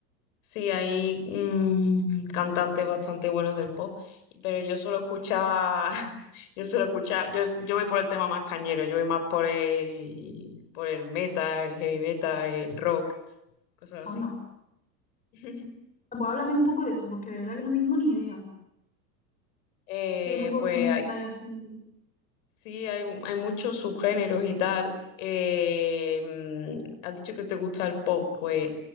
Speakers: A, on the left; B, on the left.
A: sí, hay mm, cantantes bastante buenos del pop, pero yo suelo escuchar, <laughs> yo suelo escuchar, yo, yo voy por el tema más cañero, yo voy más por el, por el metal, el heavy metal, el rock cosas así.
B: Anda.
A: <laughs>
B: Ah, Pues háblame un poco de eso, porque de verdad que no tengo ni idea.
A: Eh,
B: ¿Qué grupo
A: pues
B: de música
A: hay,
B: hay así?
A: sí, hay, hay muchos subgéneros y tal. Eh, mm, has dicho que te gusta el pop, pues